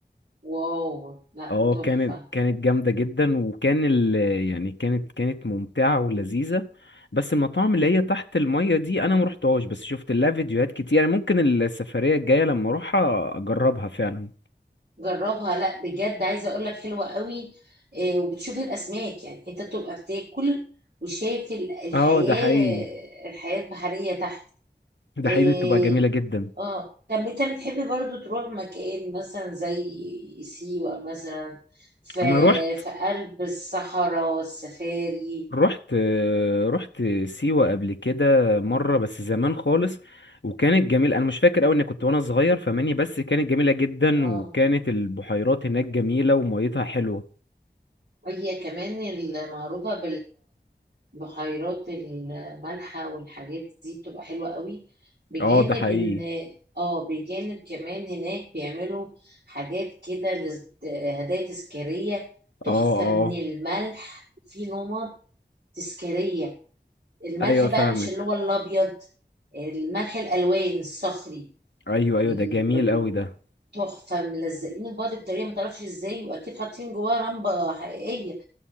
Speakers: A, on the right; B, on the left.
A: واو لا
B: اه
A: تحفة
B: كانت كانت جامدة جدا وكان ال يعني كانت كانت ممتعة ولذيذة بس المطاعم اللي هي تحت المية دي انا مروحتهاش بس شفت لها فيديوهات كتير يعني ممكن السفرية الجاية لما اروحها اجربها فعلا
A: جربها لا بجد عايزة اقولك حلوة قوي إيه، وبتشوف الأسماك يعني انت بتبقى بتاكل وشايف ال- الحياة
B: اه ده حقيقي
A: الحياة البحرية تحت
B: ده
A: إيه
B: حقيقي بتبقى جميلة جدا
A: اه طب انت بتحب برضو تروح مكان مثلا زي سيوة مثلا في
B: انا رحت
A: في قلب الصحراء والسفاري
B: رحت رحت سيوة قبل كده مرة بس زمان خالص وكانت جميلة انا مش فاكر قوي اني كنت وانا صغير فماني بس كانت جميلة جدا
A: اه
B: وكانت البحيرات هناك جميلة وميتها حلوة
A: وهي كمان المعروفة بالبحيرات المالحة والحاجات دي بتبقى حلوة قوي بجانب
B: اه ده حقيقي
A: ان اه بجانب كمان هناك بيعملوا حاجات كده لز- هدايا تذكارية تحفة
B: اه اه
A: من الملح في نمط تذكارية الملح
B: ايوه فاهمك
A: بقى مش اللي هو الابيض الملح الالوان الصخري
B: ايوه ايوه
A: ال-
B: ده جميل
A: ال-
B: قوي ده
A: تحفه ملزقينه في بعض بطريقه ما تعرفش ازاي واكيد حاطين جواها رمبه حقيقيه